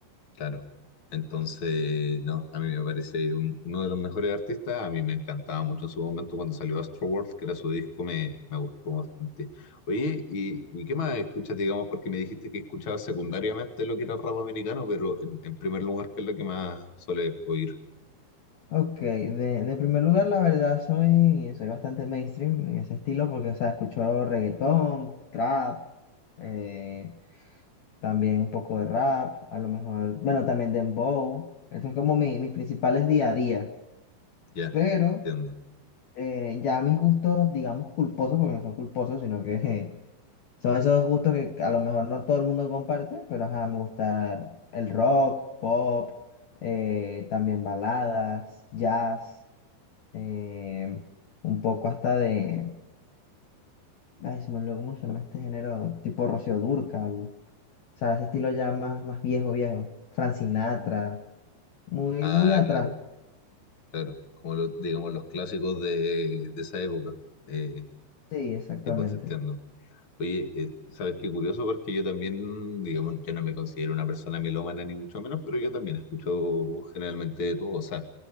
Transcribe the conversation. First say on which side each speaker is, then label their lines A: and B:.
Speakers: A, on the left (about 45°); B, on the left (about 70°).
A: Claro. Entonces, no, a mí me parece un- uno de los mejores artistas. A mí me encantaba mucho en su momento cuando salió Astroworld, que era su disco, me, me gustó bastante. Oye, ¿y, y qué más escuchas, digamos? Porque me dijiste que escuchabas secundariamente lo que era rap americano, pero en, en primer lugar, ¿qué es lo que más sueles oír?
B: Ok, de, de primer lugar, la verdad, soy, soy bastante mainstream en ese estilo porque, o sea, escucho reggaetón, trap, eh, también un poco de rap, a lo mejor, bueno, también dembow. Eso es como mi, mis principales día a día.
A: Ya,
B: pero
A: entiendo.
B: eh, ya mis gustos, digamos, culposos, porque no son culposos, sino que <laughs> eh, son esos gustos que a lo mejor no todo el mundo comparte, pero ajá, me gusta el rock, pop, eh, también baladas, jazz, eh, un poco hasta de, ay, se me olvidó cómo se llama este género, tipo Rocío Dúrcal, o sea, ese estilo ya más, más viejo, viejo, Frank Sinatra, muy,
A: Ah,
B: muy atrás,
A: claro, claro. Como los, digamos, los clásicos de, de esa época. Eh,
B: sí, exactamente.
A: sí, pues te entiendo. Oye, eh, ¿sabes qué curioso? Porque yo también, digamos, yo no me considero una persona melómana ni mucho menos, pero yo también escucho generalmente de todo, o sea,